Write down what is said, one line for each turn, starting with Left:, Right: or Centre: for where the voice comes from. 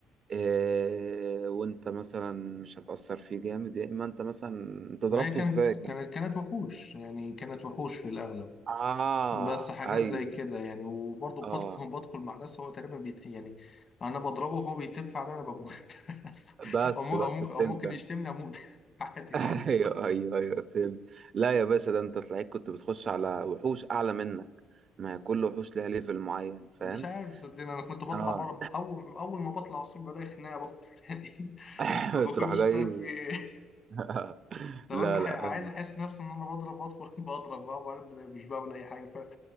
Right: إيه وانت مثلا مش هتأثر فيه جامد يا اما انت مثلا انت ضربته
Left: ما هي كانت
Right: ازاي كان
Left: كانت كانت وحوش يعني كانت وحوش في الأغلب
Right: اه
Left: بس حاجات
Right: ايوه
Left: زي كده يعني وبرضه
Right: اه
Left: بدخل بدخل مع ناس <laughs> هو تقريبا بيت يعني أنا بضربه وهو بيتف عليا أنا بموت <laughs> بس.
Right: بس
Left: أو مو-
Right: بس
Left: أو ممكن أو
Right: فهمت
Left: ممكن
Right: انا
Left: يشتمني أموت <laughs> عادي
Right: <laughs>
Left: خالص
Right: ايوه ايوه ايوه فهمت لا يا باشا ده انت تلاقيك كنت بتخش على وحوش اعلى منك ما هي كل وحوش ليها ليفل معين فاهم
Left: مش عارف صدقني انا كنت بطلع
Right: اه
Left: بره اول اول ما بطلع السور بلاقي خناقه بدخل تاني
Right: <laughs>
Left: <laughs> ما بكونش
Right: تروح جاي
Left: فاهم في ايه
Right: <laughs>
Left: تمام
Right: لا
Left: بح...
Right: لا
Left: عايز احس نفسي ان انا بضرب بدخل <laughs> بضرب بقى وبعدين مش بعمل اي حاجه